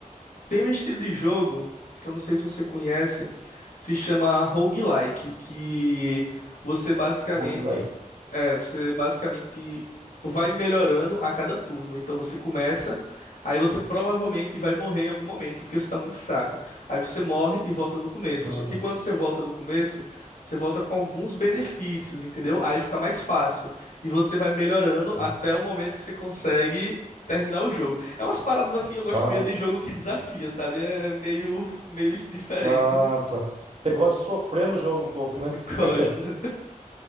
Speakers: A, on the left; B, on the right.
A: Tem um estilo de jogo que eu não sei se você conhece, que se chama roguelike, que você basicamente
B: Roguelike.
A: é, você basicamente vai melhorando a cada turno. Então você começa, aí você provavelmente vai morrer em algum momento porque você está muito fraco. Aí você morre e volta do começo.
B: Hum,
A: Só que quando você volta do começo, você volta com alguns benefícios, entendeu? Aí fica mais fácil e você vai melhorando
B: ah,
A: até o momento que você consegue terminar o jogo. É umas paradas assim, eu gosto
B: tá.
A: meio de jogo que desafia, sabe? É meio, meio diferente.
B: Ah, tá. Você gosta de sofrer no jogo um pouco,
A: <laughs>
B: né?
A: Gosto.
B: <laughs>